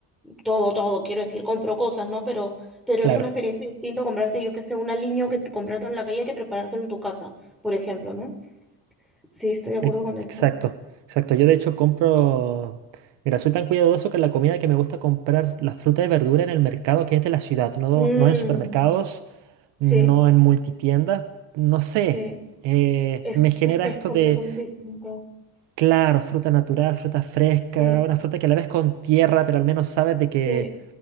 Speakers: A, in the centre; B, on the right (about 70°).
A: todo, todo, quiero decir, compro cosas, ¿no? Pero, pero
B: Claro.
A: es una experiencia distinta comprarte, yo que sé, un aliño que comprarte en la calle que prepararte en tu casa, por ejemplo, ¿no? Sí, estoy de acuerdo
B: E-
A: con eso.
B: Exacto, exacto. Yo de hecho compro, mira, soy tan cuidadoso que la comida que me gusta comprar, la fruta y verdura en el mercado que es de la ciudad, no,
A: Mm,
B: no en supermercados, no
A: sí,
B: en multitiendas, no sé.
A: sí,
B: eh,
A: es,
B: me genera
A: es que
B: esto
A: es completamente
B: de,
A: distinto.
B: claro, fruta natural, fruta fresca,
A: Sí,
B: una fruta que a la vez con tierra, pero al menos sabes de que,
A: sí,